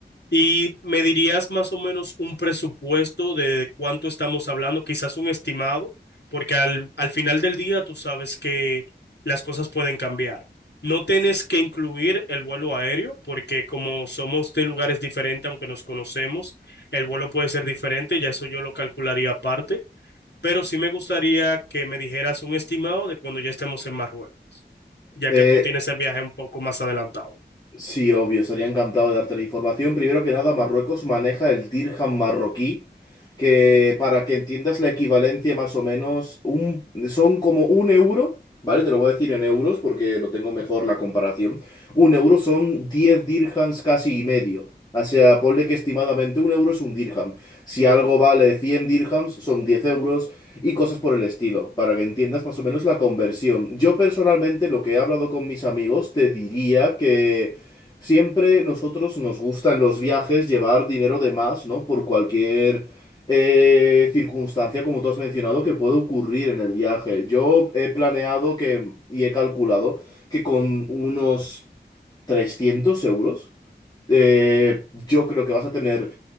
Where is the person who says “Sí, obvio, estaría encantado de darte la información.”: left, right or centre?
Left